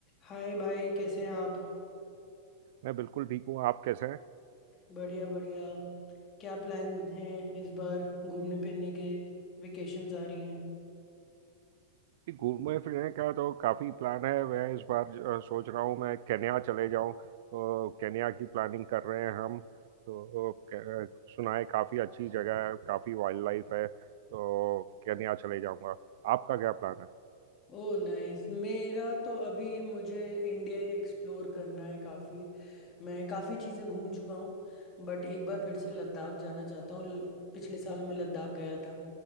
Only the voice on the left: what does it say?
हाय भाई कैसे हैं आप
बढ़िया बढ़िया क्या प्लान है इस बार घूमने फिरने के वेकेशंस आ रही हैं
Oh nice मेरा तो अभी मुझे इंडिया ही एक्सप्लोर करना है काफ़ी मैं काफ़ी चीज़ें घूम चुका हूँ बट एक बार फिर से लद्दाख जाना चाहता हूँ ल- पिछले साल मैं लद्दाख गया था